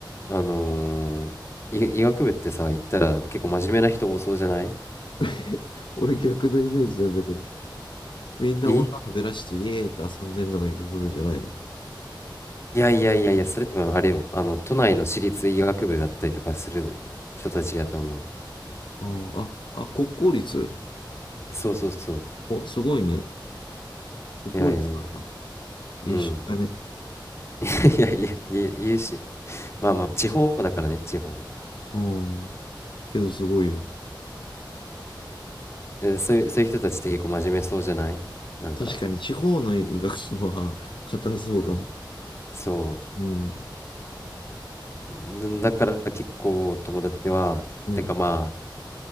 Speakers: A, on the left (about 30°); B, on the left (about 75°).
A: あのー医、医学部ってさ、行ったら結構真面目な人多そうじゃない
B: <laughs> 俺逆のイメージなんだけど。みんな女はべらしてイエーって遊んでんのが医学部じゃないの
A: えいやいやいやいや、それ多分あれよ。あの、都内の私立医学部だったりとかする人たちやと思う。
B: うんああ、あ、国公立
A: そうそうそ
B: お、すごいね。国公立なんだ。
A: う。いやいやいや。
B: 優秀だね。
A: うん。<laughs> いやいや、に言うし、まあまあ、
B: うん。
A: 地方だからね、地方だか
B: うん。けどすごいよ。
A: ら。え、そういう、そういう人たちって結構真面目そうじゃないなんか、
B: 確かに地方の医学部は <laughs> 硬そうかも。
A: うん。そ
B: うん。
A: う。んだから結構友達は、
B: うん。
A: てかまあ、